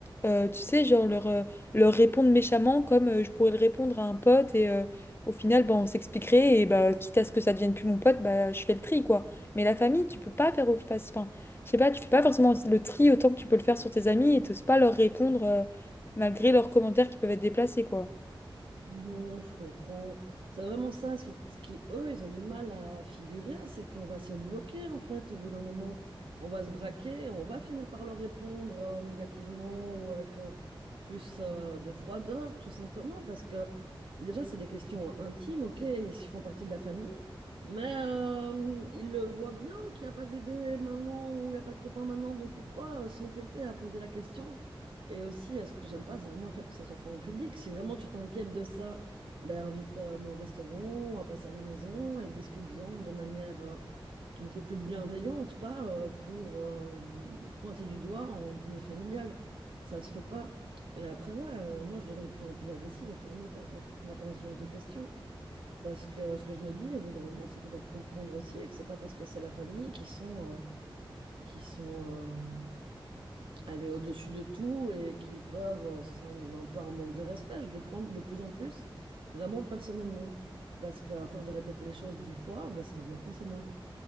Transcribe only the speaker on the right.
Non, je comprends. C'est vraiment ça, ce qui, ce qui, eux, ils ont du mal à figurer, c'est qu'on va se bloquer, en fait, au bout d'un moment. On va se braquer, on va finir par leur répondre euh, négativement ou avec euh, plus euh, de froideur, tout simplement, parce que déjà, c'est des questions intimes, ok, ils font partie de la famille, mais euh, ils le voient bien qu'il n'y a pas de bébé maintenant ou il n'y a pas de copain maintenant, donc pourquoi euh, s'entêter à poser la question? Et aussi, euh, ce que j'aime pas, c'est vraiment le fait que ça soit fait en public. Si vraiment tu t'inquiètes de ça, ben invite-moi au restaurant, à passer à la maison et discute-en de manière euh, beaucoup plus bienveillante, pas euh, pour euh, pointer du doigt en dîner familial. Ça se fait pas. Et après, ouais, euh, moi je deviens de plus en plus agressive et fermée par, par- par rapport à ce genre de questions. Parce que ce que je me dis au bout d'un moment, c'est qu'ils doivent comprendre aussi et que c'est pas parce que c'est la famille qu'ils sont, euh, qui sont euh, aller au-dessus de tout et qui peuvent, euh, c'est un, un peu un manque de respect, je le prends de plus en plus, vraiment personnellement. Parce qu'à force de répéter les choses dix fois, bah, c'est normal qu'on s'énerve.